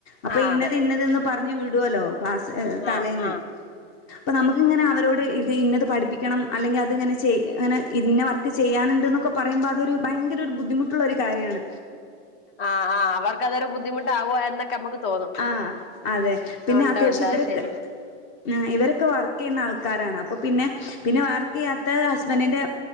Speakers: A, on the left; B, on the left.
A: അപ്പൊ
B: ആ
A: ഇന്നത്
B: അതെ
A: ഇന്നതന് പറഞ്ഞ് വിടുല്ലോ ക്ലാസ്
B: ആ
A: തലേന്ന്
B: ആ
A: അപ്പൊ നമുക്ക് ഇങ്ങനെ അവരോട് ഇത് ഇന്നത് പഠിപ്പിക്കണം അല്ലെങ്കിൽ അത്ങ്ങനെ ചെയ അങ്ങനെ ഇന്ന വർക്ക് ചെയ്യാനുണ്ട് എന്നൊക്കെ പറയുമ്പോൾ അതൊ ഭയങ്കര ഒരു ബുദ്ധിമുട്ട് ട്ടുള്ള ഒരു കാര്യമാണ്
B: ആ ആ അവർക്ക് അതൊരു ബുദ്ധിമുട്ട ആവൂ മാ എന്നൊക്കെ നമുക്ക് തോന്നും
A: ആ അതെ പിന്നെ
B: ഉണ്ട്
A: അത്യാവശ്യം
B: ഉണ്ട് അത്
A: ഇവരൊക്കെ
B: ശരി
A: ആ ഇവരൊക്കെ വർക്ക് ചെയ്യുന്ന ആൾക്കാ ക്കാരാണ് അപ്പോ പിന്നെ പിന്നെ വർക്ക് ചെയ്യാത്ത ഹസ്ബൻഡിൻ്റെ